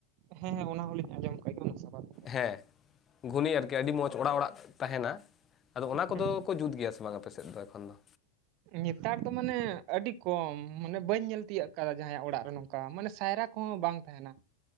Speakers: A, on the right (about 45°); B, on the left (about 25°).
A: ᱦᱮᱸ ᱦᱮᱸ ᱚᱱᱟ ᱦᱚᱞᱤᱧ ᱟᱸᱡᱚᱢ ᱠᱟᱜ ᱜᱮ ᱚᱱᱟ ᱥᱟᱵᱟᱫ
B: ᱦᱮᱸ ᱜᱷᱩᱱᱤ ᱟᱨᱠᱤ ᱟᱹᱰᱤ ᱢᱚᱡᱽ ᱚᱲᱟᱜ ᱚᱲᱟᱜ ᱛᱟᱦᱮᱱᱟ ᱾ ᱟᱫᱚ ᱚᱱᱟ ᱠᱚᱫᱚ
A: ᱦᱮᱸ
B: ᱠᱚ ᱡᱩᱛ ᱜᱮᱭᱟ ᱥᱮ ᱵᱟᱝ ᱟᱯᱮᱥᱮᱫ ᱫᱚ ᱮᱠᱷᱚᱱ ᱫᱚ
A: ᱱᱮᱛᱟᱨ ᱫᱚ ᱢᱟᱱᱮ ᱟᱹᱰᱤ ᱠᱚᱢ ᱢᱟᱱᱮ ᱵᱟᱹᱧ ᱧᱮᱞ ᱛᱤᱭᱟᱹᱜ ᱟᱠᱟᱫᱟ ᱡᱟᱦᱟᱭᱟᱜ ᱚᱲᱟᱜ ᱨᱮ ᱱᱚᱝᱠᱟ ᱢᱟᱱᱮ ᱥᱟᱭᱨᱟ ᱠᱚᱦᱚᱸ ᱵᱟᱝ ᱛᱟᱦᱮᱱᱟ